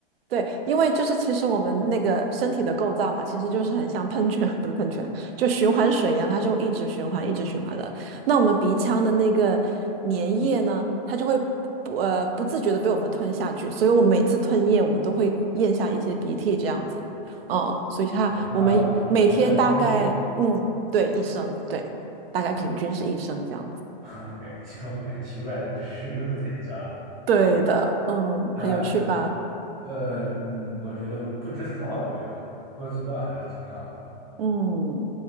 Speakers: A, on the right (about 80°); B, on the right (about 20°).
A: 对，
B: 嗯
A: 因为就是其实我们那个身体的构造嘛，其实就是很像喷泉，<laughs> 不是喷泉，就循环水一样，它是会一直循环、一直循环的。那我们鼻腔的那个粘液呢，它就会不呃不自觉的被我们吞下去，所以我们每次吞咽，我们都会咽下一些鼻涕这样子。嗯，所以它我们每天大概嗯对一升，
B: o 那我觉得医生
A: 对，大概平均是一升这样子。
B: ，OK，OK，<laughs> 奇怪的知识又增加了。
A: 对的，嗯，
B: 哎，
A: 很有趣吧？
B: 呃，嗯，我觉得不知道的为好，不知道还是挺好的。
A: 嗯，